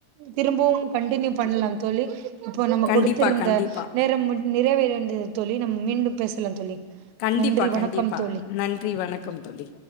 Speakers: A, on the right; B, on the left.
A: திரும்பவு கண்டினியூ பண்லா தோழி இப்ப நம்ம
B: கண்டிப்பா
A: கொடுத்து இருந்த
B: கண்டிப்பா
A: நேரமுடி நிறைவேறந்தது தோழி நம்ம மீண்டு பேசலா தோழி
B: கண்டிப்பா
A: நன்றி வணக்கம்
B: கண்டிப்பா
A: தோழி
B: நன்றி வணக்கம் தோழி